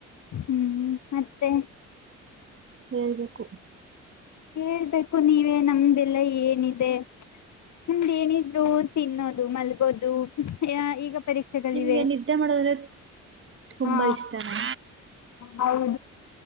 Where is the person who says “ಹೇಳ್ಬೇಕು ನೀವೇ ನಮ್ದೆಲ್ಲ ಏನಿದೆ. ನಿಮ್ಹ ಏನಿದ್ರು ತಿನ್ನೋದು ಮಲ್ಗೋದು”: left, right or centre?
Left